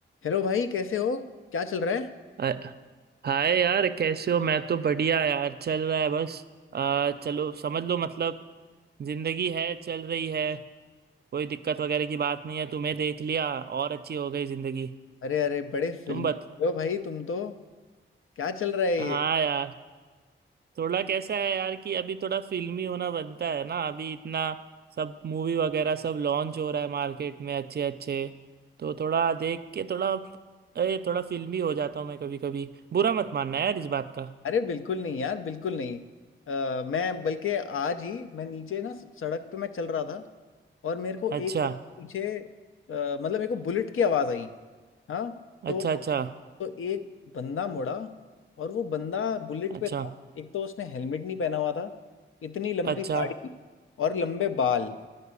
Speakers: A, on the left; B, on the right.
A: Hello भाई कैसे हो क्या चल रहा है
B: अ- hi यार कैसे हो मैं तो बढ़िया यार चल रहा है बस आ, चलो समझ लो मतलब जिंदगी है चल रही है कोई दिक्कत वगैरह की बात नहीं है तुम्हें देख लिया और अच्छी हो गई जिंदगी
A: अरे अरे बड़े फिल्म
B: तुम बत
A: हो भाई तुम तो क्या चल रहा है ये
B: हाँ यार थोड़ा कैसा है यार कि अभी थोड़ा फिल्मी होना बनता है ना अभी इतना सब मूवी वगैरह सब लॉन्च हो रहा है मार्केट में अच्छे अच्छे तो थोड़ा देख के थोड़ा अरे थोड़ा फिल्मी हो जाता हूँ मैं कभी कभी बुरा मत मानना यार इस बात का
A: अरे बिल्कुल नहीं यार बिल्कुल नहीं अ, मैं बल्कि आज ही मैं नीचे ना सड़क पे मैं चल रहा था और मेरे को
B: अच्छा
A: एक कदम पीछे अ, मतलब मेरे को बुलेट की आवाज़ आई हाँ तो
B: अच्छा अच्छा
A: तो एक बंदा मुड़ा और वो बंदा बुलेट
B: अच्छा
A: पे था एक तो उसने हेलमेट नहीं पहना हुआ था इतनी लंबी
B: अच्छा
A: दाढ़ी और लंबे बाल